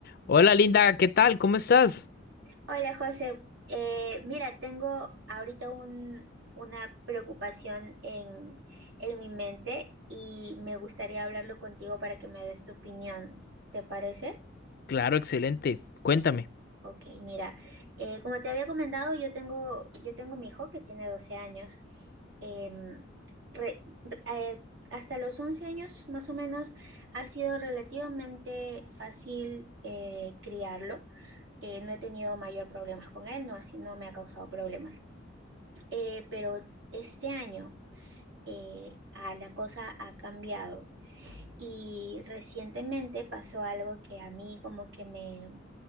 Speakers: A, on the left; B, on the right.
A: Hola Linda, ¿qué tal? ¿Cómo estás?
B: Hola José, Eh, mira, tengo ahorita un- una preocupación en, en mi mente y me gustaría hablarlo contigo para que me des tu opinión. ¿Te parece?
A: Claro, excelente. Cuéntame.
B: Ok, mira, eh, como te había comentado, yo tengo, yo tengo mi hijo que tiene 12 años. Em, re- re- eh, hasta los 11 años más o menos ha sido relativamente fácil eh, criarlo. Eh, no he tenido mayor problemas con él, no, así no me ha causado problemas. Eh, pero este año eh, ah, la cosa ha cambiado y recientemente pasó algo que a mí como que me,